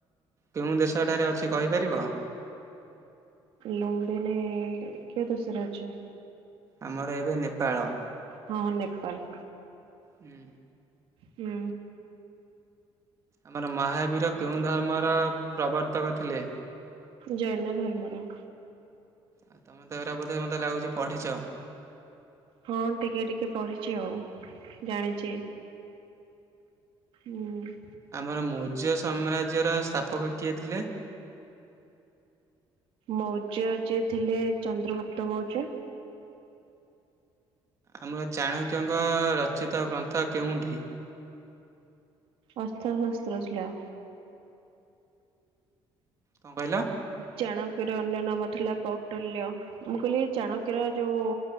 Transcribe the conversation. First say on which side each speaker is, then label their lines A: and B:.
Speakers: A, on the right; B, on the right.
A: କେଉଁ ଦେଶଟାରେ ଅଛି କହିପାରିବ?
B: ଲମ୍ବିିନ କେଉ ଦଶରେ ଅଛି?
A: ଆମର ଏବେ ନେପାଳ।
B: ହଁ ହଁ ନେପାଲ।
A: ହୁଁ।
B: ହୁଁ।
A: ଆମର ମହାବୀର କେଉଁ ଧର୍ମର ପ୍ରବର୍ତ୍ତକ ଥିଲେ?
B: ଜୟନ ଧର୍ମର।
A: ଆ ତମେତ ଏଗୁରା ବଧେ ମୋତେ ଲାଗୁଚି ପଢିଚ।
B: ହଁ ଟିକେ ଟିକେ ପଢିଚି ଆଉ ଜାଣିଚି। ହୁଁ।
A: ଆମର ମୌର୍ଯ୍ୟ ସାମ୍ରାଜ୍ୟର ସ୍ଥାପକ କିଏ ଥିଲେ?
B: ମୌର୍ଯ୍ୟ ଯିଏ ଥିଲେ ଚନ୍ଦ୍ରଗୁପ୍ତ ମୌର୍ଯ୍ୟ।
A: ଆମର ଚାଣକ୍ୟଙ୍କ ରଚିତ ଗ୍ରନ୍ଥ କେଉଁଠି?
B: ଅର୍ଥଶାସ୍ତ୍ର ଥିଲା।
A: କଁ କହିଲ?
B: ଚାଣକ୍ୟର ଅନ୍ୟ ନାମ ଥିଲା କୌଟଲ୍ୟ। ମୁଁ କହିଲି ଚାଣକ୍ୟର ଯୋଉ